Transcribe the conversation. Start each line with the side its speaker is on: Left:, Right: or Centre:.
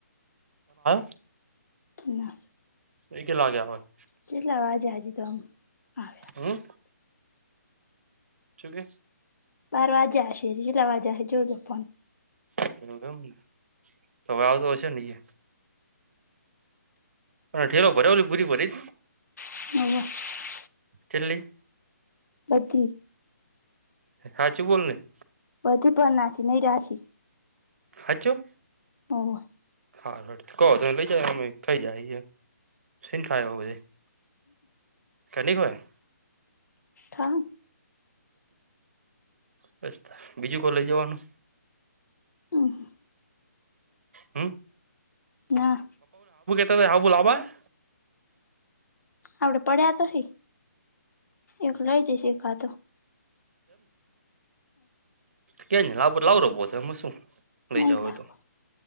Right: <unintelligible>
Left: ના
Right: એકે લાગ્યા હોય.
Left: કેટલા <unintelligible>
Right: હમ શું કેઈ?
Left: બાર વાજા હશે <unintelligible> જોજો પણ.
Right: <unintelligible> તોવે આવતો હશે ને અહીંયા ઠેલો ભરી ઓલી પૂરી ભરી હતી?
Left: <unintelligible>
Right: ચિલ્લી.
Left: બતિ.
Right: હાચું બોલને?
Left: <unintelligible> નાસી નહી રાશી.
Right: હાચું?
Left: ઓ
Right: આગળ કહો ત લઈ જ અમે થઇ જાય સ થાય <unintelligible> <unintelligible>
Left: હા.
Right: ને બ બીજું કો લઈ જવાનું?
Left: ઓહ
Right: હમ.
Left: ના.
Right: <unintelligible> હા બોલ <unintelligible>
Left: આપડે પડ્યા તો હ, એક લઈ જઈશખા તો.
Right: ક્યા ન લ લાવ ર તો એમાં શું લઈ
Left: નહી
Right: જાવ હોય
Left: લાવો
Right: તો.